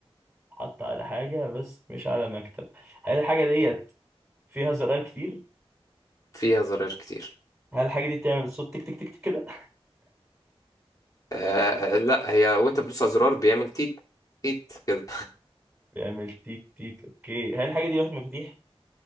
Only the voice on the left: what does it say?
فيها زراير كتير
آه آه، لا هي وانت بتدوس على زرار بيعمل تيت تيت كده